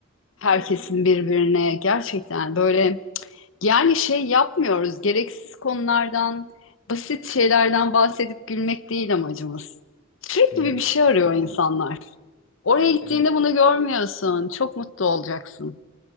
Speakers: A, on the left (about 80°); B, on the left (about 55°).
A: herkesin
B: <laughs>
A: birbirine gerçekten böyle yani şey yapmıyoruz. Gereksiz konulardan, basit şeylerden bahsedip gülmek değil amacımız. Sürekli
B: Hı hı,
A: bir bir şey arıyor insanlar. Oraya gittiğinde
B: Evet.
A: bunu görmüyorsun. Çok mutlu olacaksın.